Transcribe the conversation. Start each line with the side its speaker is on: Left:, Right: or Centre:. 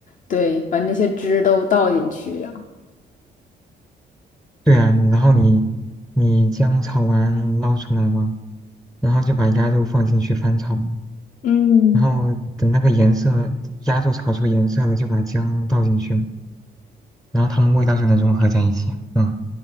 Left: 对，把那些汁都倒进去。呀。
Centre: 对啊，你然后你你姜炒完捞出来嘛，然后就把鸭肉放进去翻炒，
Left: 嗯，
Centre: 然后等那个颜色，鸭肉炒出颜色了，就把姜倒进去，然后它们味道就能融合在一起啊。嗯，